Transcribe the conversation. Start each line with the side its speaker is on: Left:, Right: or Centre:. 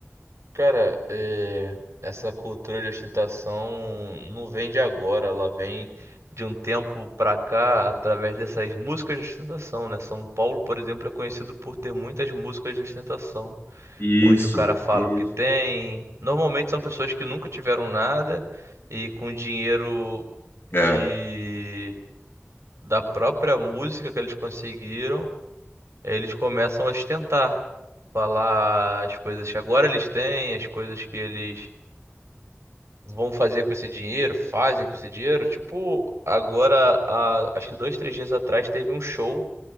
Right: Cara, é, essa cultura de ostentação não vem de agora, ela vem de um tempo pra cá através dessas músicas de ostentação, né? São Paulo, por exemplo, é conhecido por ter muitas músicas de ostentação,
Left: Isso,
Right: onde o cara fala
Left: isso.
Right: o que tem. Normalmente são pessoas que nunca tiveram nada e com dinheiro
Left: É.
Right: de da própria música que eles conseguiram. eles começam a ostentar, falar as coisas que agora eles têm, as coisas que eles vão fazer com esse dinheiro, fazem com esse dinheiro. Tipo, agora, há, acho que dois, três dias atrás teve um show